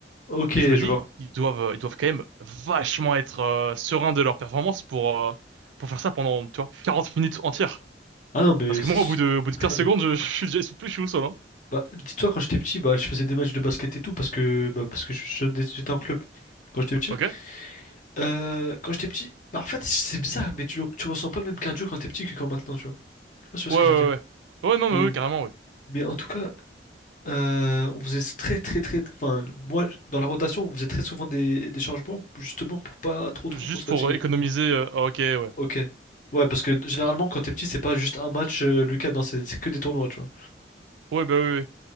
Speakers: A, on the left (about 45°); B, on the right (about 80°).
A: Ok,
B: Et je me
A: je
B: dis,
A: vois.
B: ils doivent, euh, ils doivent quand même vachement être euh, sereins de leur performance pour, euh, pour faire ça pendant, tu vois, 40 minutes entières.
A: Ah non, mais
B: Parce que
A: c'est
B: moi,
A: super
B: au bout de, au bout de 15
A: cardio.
B: secondes, je, <laughs> je suis déjà essoufflé, je suis au sol, hein.
A: Bah, dis-toi, quand j'étais petit, bah, je faisais des matchs de basket et tout parce que, bah, parce que je- je- j'étais en club quand j'étais petit.
B: Ok? Ouais,
A: Euh, quand j'étais petit, bah, en fait, c'est bizarre, mais tu, le- tu ressens pas le même cardio quand t'es petit que quand maintenant, tu vois. Je sais pas si tu vois
B: ouais,
A: ce que
B: ouais.
A: je veux dire.
B: Ouais, Ouais, non, mais
A: Mais,
B: oui, carrément, oui.
A: mais en tout cas, Euh, on faisait très très très, enfin moi dans la rotation on faisait très souvent des, des changements justement pour pas trop trop
B: Juste
A: trop se fatiguer.
B: pour euh, économiser, euh, ah, ok, ouais.
A: Ok. Ouais parce que généralement quand t'es petit c'est pas juste un match euh, le week-end hein, c'est c'est que des tournois tu vois.
B: Ouais, bah oui, oui.